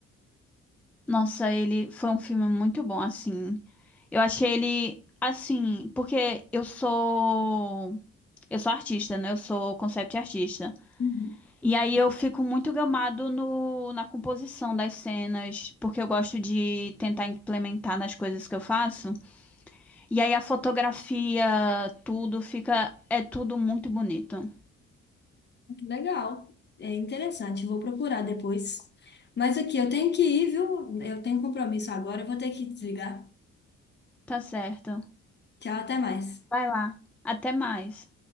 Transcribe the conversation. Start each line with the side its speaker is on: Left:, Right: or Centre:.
Centre: Nossa, ele foi um filme muito bom, assim. Eu achei ele, assim, porque eu sou. Eu sou artista, né? Eu sou concept artista.
Left: Uhum.
Centre: E aí eu fico muito gamado no, na composição das cenas, porque eu gosto de tentar implementar nas coisas que eu faço. E aí a fotografia, tudo fica, é tudo muito bonito.
Left: Legal. É interessante, vou procurar depois. Mas aqui, eu tenho que ir, viu? Eu tenho um compromisso agora, eu vou ter que desligar.
Centre: Tá certo.
Left: Tchau, até mais.
Centre: Vai lá. Até mais.